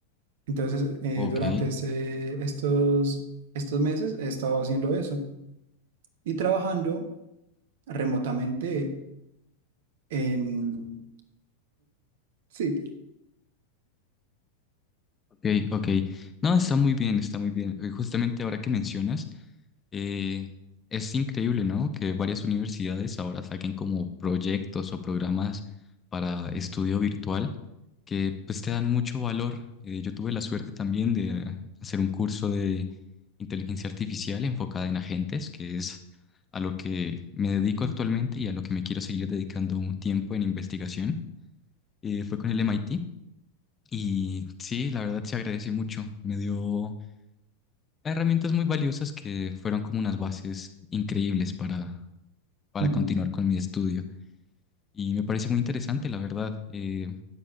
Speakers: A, on the right; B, on the left.
A: Entonces, eh,
B: Ok,
A: durante ese- estos, estos meses he estado haciendo eso y trabajando remotamente en... Sí.
B: ok, ok. No, está muy bien, está muy bien. Eh, Justamente ahora que mencionas, Eh, es increíble, ¿no? Que varias universidades ahora saquen como proyectos o programas para estudio virtual que pues te dan mucho valor. Eh, yo tuve la suerte también de hacer un curso de inteligencia artificial enfocada en agentes, que es a lo que me dedico actualmente y a lo que me quiero seguir dedicando un tiempo en investigación. Eh, fue con el MIT y sí, la verdad se agradece mucho. Me dio herramientas muy valiosas que fueron como unas bases increíbles para, para
A: Ujú.
B: continuar con mi estudio. Y me parece muy interesante, la verdad. Eh,